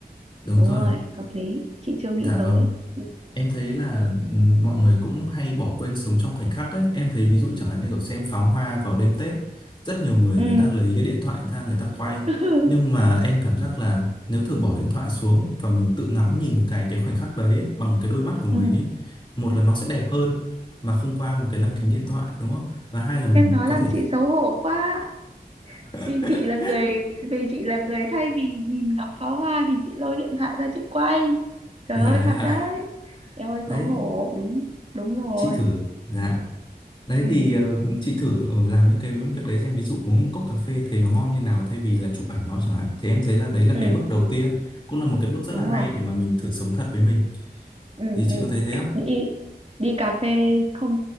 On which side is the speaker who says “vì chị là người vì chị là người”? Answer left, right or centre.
Right